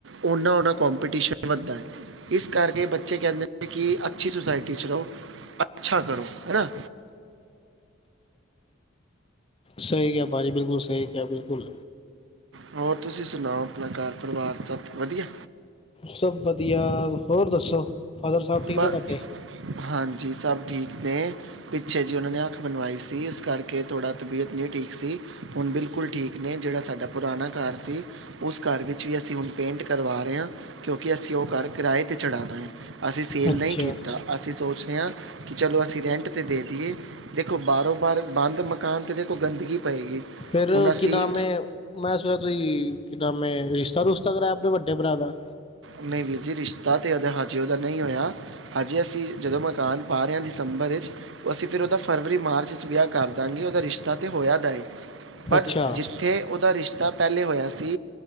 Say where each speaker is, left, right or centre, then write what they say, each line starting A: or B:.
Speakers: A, on the right; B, on the left.
A: ਓਨਾ ਓਨਾ ਕੋਪੀਟੀਸ਼ਨ ਵੱਧਦਾ ਐ ਇਸ ਕਰਕੇ ਬੱਚੇ ਕਹਿੰਦੇ ਨੇ ਕਿ ਅੱਛੀ ਸੋਸਾਇਟੀ ਚ ਰੋ ਅੱਛਾ ਕਰੋ ਹੈਨਾ
B: ਸਈ ਕਿਆ ਭਾਜੀ ਬਿਲਕੁਲ ਸਹੀ ਕੇਹਾ ਬਿਲਕੁਲ
A: ਹੋਰ ਤੁਸੀਂ ਸੁਣਾਓ ਆਪਣਾ ਘਾਰ ਪਰਿਵਾਰ ਸਭ ਵਧੀਆ
B: ਸਭ ਵਧੀਆ, ਹੋਰ ਦੱਸੋ ਫਾਦਰ ਸਾਬ ਠੀਕ
A: ਬਸ
B: ਨੇ ਤੁਆਡੇ?
A: ਹਾਂਜੀ ਸਭ ਠੀਕ ਨੇ ਪਿੱਛੇ ਜੇ ਉਹਨਾਂ ਨੇ ਅੱਖ ਬਣਵਾਈ ਸੀ ਇਸ ਕਰਕੇ ਥੋੜਾ ਤਬੀਅਤ ਨੀਂ ਠੀਕ ਸੀ ਹੁਣ ਬਿਲਕੁਲ ਠੀਕ ਕਿ ਨੈ, ਜਿਹੜਾ ਸਾਡਾ ਪੁਰਾਣਾ ਘਾਰ ਸੀ ਉਸ ਘਾਰ ਵਿੱਚ ਵੀ ਅਸੀਂ ਹੁਣ ਪੇਂਟ ਕਰਵਾ ਰੇ ਆ ਕਿਉਂਕਿ ਅਸੀਂ ਉਹ ਘਾਰ ਕਰਾਏ 'ਤੇ ਚੜ੍ਹਾਣਾ ਐ। ਅਸੀਂ ਸੇਲ
B: ਅੱਛਾ
A: ਨਈ ਕੀਤਾ ਅਸੀਂ ਸੋਚ ਰਹਿ ਆ ਕਿ ਚਲੋ ਅਸੀਂ ਰੈਂਟ ਤੇ ਦੇ ਦੀਏ ਦੇਖੋ ਬਾਰੋਂ -ਬਾਰ ਬੰਦ ਮਕਾਨ ਤੇ ਦੇਖੋ ਗੰਦਗੀ ਪਏਗੀ
B: ਫੇਰ
A: ਹੁਣ ਅਸੀਂ
B: ਕੀ ਨਾਮ ਏ ਮੈਂ ਸੁਣਿਆ ਕੀ, ਕਿ ਨਾਮ ਏ ਰਿਸ਼ਤਾ-ਰੁਸ਼ਤਾ ਕਰਾਇਆ ਆਪਣੇ ਵੱਡੇ ਭਰਾ ਦਾ?
A: ਨਈ ਵੀਰ ਜੀ ਰਿਸ਼ਤਾ ਤੇ ਉਹਦਾ ਹਜੇ ਤਾ ਨਈ ਹੋਇਆ ਹਜੇ ਅਸੀਂ ਜਦੋਂ ਮਕਾਨ ਪਾ ਰਹਿ ਆ ਦਸੰਬਰ ਚ ਅਸੀਂ ਫੇਰ ਉਹਦਾ ਫਰਵਰੀ-ਮਾਰਚ ਵਿੱਚ ਵਿਆਹ ਕਰ ਦਾਂਗੇ ਉਹਦਾ ਰਿਸ਼ਤਾ ਤੇ ਹੋਇਆ ਦਿਆ ਏ। ਉੱਥੇ
B: ਅੱਛਾ
A: ਉਹਦਾ ਰਿਸ਼ਤਾ ਪਹਿਲੇ ਹੋਇਆ ਸੀ